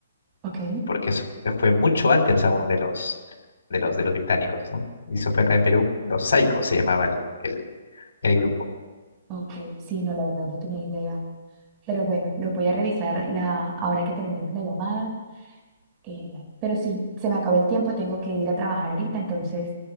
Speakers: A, on the right; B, on the left.
A: ok,
B: porque eso fue fue mucho antes aún de los de los de los británicos, ¿no? Y eso fue acá en Perú, los Psychos se llamaba el, el, el grupo.
A: ok. Sí, no, la verdad no tenía idea. Pero bueno, lo voy a revisar la, ahora que terminemos la llamada. eh, pero sí, se me acabó el tiempo, tengo que ir a trabajar ahorita, entonces